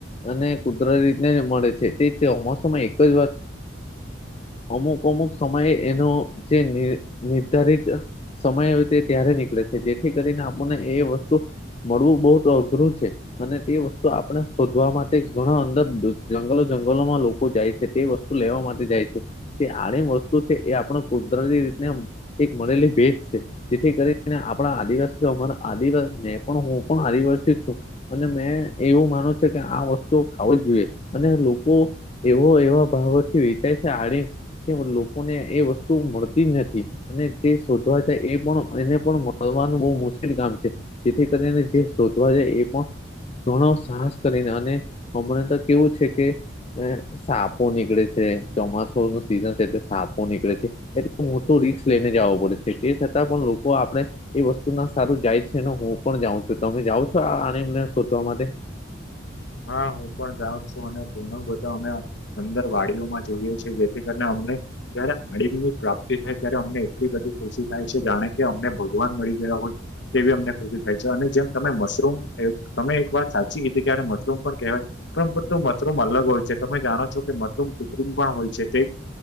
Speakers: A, on the left (about 30°); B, on the left (about 65°).
A: અને કુદરતી રીતેને મળે છે તે ચોમોસમાં એક જ વાર અમુક અમુક સમયે એનો જે નિર્ધારિત સમય હો તે ત્યારે નીકળે છે જેથી કરીને આપણને એ વસ્તુ મળવું બહુ જ અઘરું છે. અને તે વસ્તુ આપણે શોધવા માટે ઘણા અંદર જંગલો જંગલોમાં લોકો જાય છે. તે વસ્તુ લેવા માટે જાય છે, તે આમ વસ્તુ છે એ આપણે કુદરતી રીતના એક મળેલી ભેટ છે. જેથી કરીને આપણા આદિવાસી તોમારા આદવાસી પણ હું પણ આદિવાસી છું. અને મેં એવું માનું છું. કે આ વસ્તુ ખાવુ જ જોઈએ, અને લોકો એવો એવા ભાવોથી ખાઈ છે આ કે લોકોને એ વસ્તુ મળતી જ નથી. અને જે શોધવા જાય એ પણ એને પણ મળવાનું બહુ મુશ્કેલ કામ છે. જેથી કરીને જે શોધવા જાય એ પણ ઘણો સાહસ કરીને અને, હમણાં તો કેવું છે કે સાપો નીકળે છે ચોમાસુ નું સિઝન છે એટલે સાપો નીકળે છે. એટલે મોટું રિસ્ક લઈને જવો પડે છે તે છતાં પણ લોકો આપણે એ વસ્તુ ના સારું જાય છે ને હું પણ જાઉં છું તમે જાઉં છો આને શોધવા માટે?
B: હા હું પણ જાઉં છું અને ઘણું બધું અમે અંદર વાડીઓ માં જઈએ જેથી કરીને અમને જયારે આણીંદની પ્રાપ્તિ થાય ત્યારે અમને એટલી બધી ખુશી થાય છે જાણે કે અમને ભગવાન મળી ગયા હોય. તેવી અમને ખુશી થાય છે અને જેમ તમે મશરૂમ તમે એક વાત સાચી કીધી કે હમ પણ કહેવાય તો મશરૂમ અલગ હોય છે તમે જાણો છો કે મશરૂમ કૃત્રિમ પણ હોય છે તે